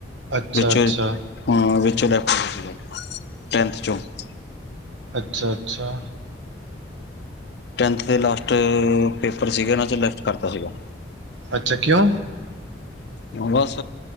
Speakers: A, on the right; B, on the left.
A: ਅੱਛਾ
B: ਵਿੱਚ
A: ਅੱਛਾ
B: ਹਂ ਵਿੱਚ ਲੈਫਟ ਸੀ ਟੈਂਥ ਚੋਂ ਟਹਿਤ ਚੋਂ
A: ਅੱਛਾ- ਅੱਛਾ।
B: ਟੈਂਥ ਦੇ ਲਾਸਟ ਪੇਪਰ ਸੀਗੇ ਉਹਨਾਂ ਚੱ ਲੈਫਟ ਕਰਤਾ ਸੀਗਾ।
A: ਅੱਛਾ ਕਿਉਂ?
B: ਬਸ